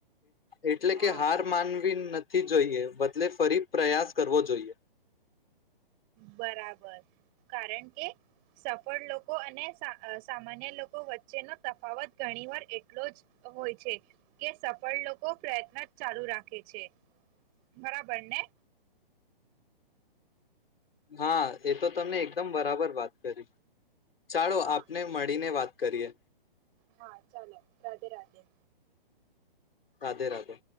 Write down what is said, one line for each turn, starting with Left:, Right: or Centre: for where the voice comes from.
Left: એટલે
Right: હા
Left: કે હાર માનવી નથી. થી જોઈએ બદલે ફરી પ્રયાસ કરવો જોઈએ.
Right: બરાબર કારણ કે સફળ લોકો અને સામાન્ય લોકો વચ્ચેનો તફાવત ઘણી વાર એટલો જ હોય છે, કે સફળ લોકો પ્રયત્ન ચાલુ રાખે છે. બરાબર ને.
Left: હા, એ તો તમને એકદમ બરાબર વાત કરી. ચાલો
Right: હા
Left: આપને મળીને વાત કરીએ.
Right: હા, ચાલો રાધે રાધે.
Left: રાધે રાધે.